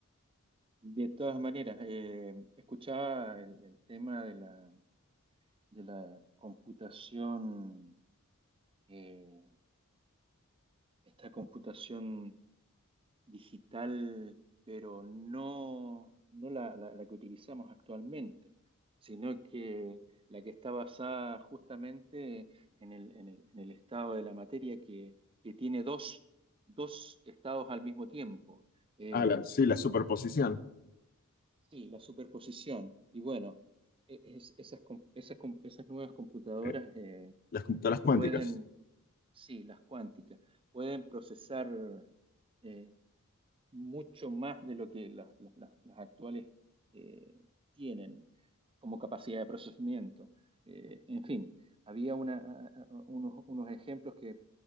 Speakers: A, on the right; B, on the left.
A: de todas maneras, eh, escuchaba el, el tema de la, de la computación eh, esta computación digital, pero no, no la, la- la que utilizamos actualmente, sino que la que está basada justamente en el, en el- en el estado de la materia que, que tiene dos, dos estados al mismo tiempo. Eh,
B: Ah, la- sí, la superposición,
A: sí, la superposición. Y bueno, e- es- esas, com- esas, com- esas nuevas computadoras...
B: eh,
A: eh,
B: las computadoras cuánticas.
A: pueden, sí, las cuánticas, pueden procesar eh, mucho más de lo que las, las- las- las actuales eh, tienen como capacidad de procesamiento. Eh, en fin, había una- unos, unos ejemplos que